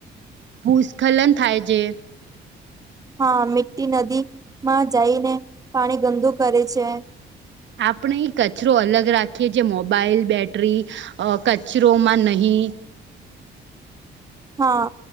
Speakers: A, on the right; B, on the right.
A: ભૂસ્ખલન થાય છે.
B: હા મીટી નદી માં જઈને પાણી ગંદુ કરે છે.
A: આપણે એ કચરો અલગ રાખીએ, જે મોબાઈલ, બેટરી અ કચરોમાં નહીં.
B: હા,